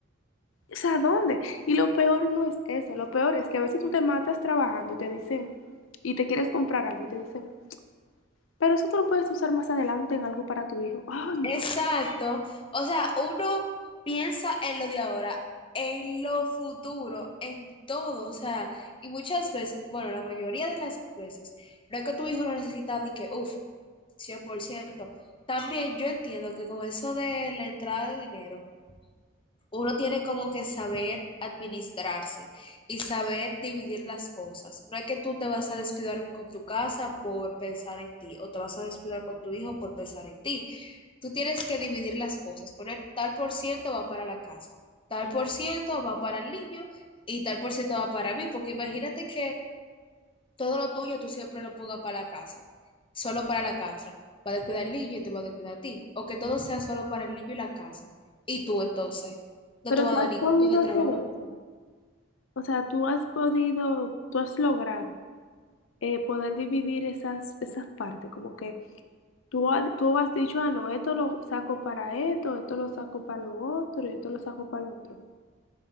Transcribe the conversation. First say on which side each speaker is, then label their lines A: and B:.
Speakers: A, on the left; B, on the left.
A: O sea, ¿dónde? Y lo peor no es eso, lo peor es que a veces tú te matas trabajando y te dicen, y te quieres comprar algo y te dicen, pero eso tú lo puedes usar más adelante en algo para tu hijo. Ay,
B: Exacto. O sea, uno piensa en lo de ahora, en lo futuro, en todo. O sea, y muchas veces, bueno, la mayoría de las veces, no es que tu hijo lo necesita de que, uff, 100%. También yo entiendo que con eso de la entrada de dinero, uno tiene como que saber administrarse y saber dividir las cosas. No es que tú te vas a descuidar con tu casa por pensar en ti o te vas a descuidar con tu hijo por pensar en ti. Tú tienes que dividir las cosas, poner tal por ciento va para la casa, tal por ciento va para el niño y tal por ciento va para mí, porque imagínate que todo lo tuyo tú siempre lo pongas para la casa, solo para la casa. Va a descuidar el niño y te va a descuidar a ti. O que todo sea solo para el niño y la casa. Y tú entonces, no
A: pero
B: te va
A: tú
B: a
A: has
B: dar ningún
A: podido
B: gusto de trabajar.
A: hacer eso. O sea, tú has podido, tú has logrado eh, poder dividir esas, esas partes, como que tú, ha- tú has dicho, ah, no, esto lo saco para esto, esto lo saco para lo otro y esto lo saco para lo otro.